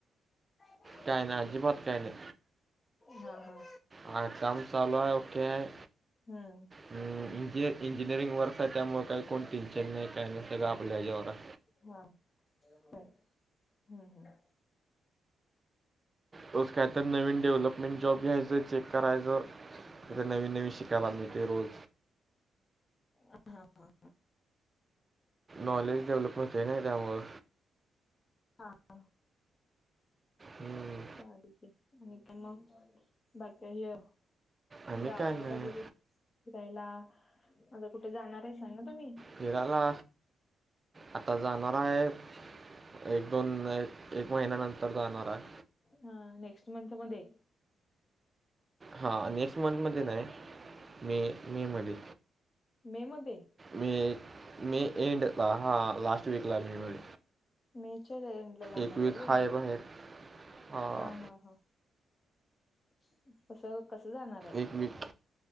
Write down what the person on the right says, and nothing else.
काय नाही, अजिबात काय नाही.
नाही काम चालू आहे, ओके आहे.
म्हणजे इंजिनिअरिंग वर्क आहे त्यामुळ काही कोण टेन्शन नाही काय नाही सगळ आपल्या ह्याच्यावर आहे.
रोज काय तर नवीन डेव्हलप <unintelligible> जॉब घ्यायच चेक करायच तिथे नवीन नवीन शिकायला मिळत रोज.
नॉलेज डेव्हलप होतय ना त्यामुळ.
हं.
आम्ही
काय नाही
फिरायला, आता जाणारा आहे एक -दोन, एक एक महिन्यानंतर जाणार आहे.
हा नेक्स्ट मंथमध्ये नाही मे मे मधे.
मे, मे एंडला हा लास्ट वीकला <unintelligible>
एक वीक
बाहेर हां
एक वीक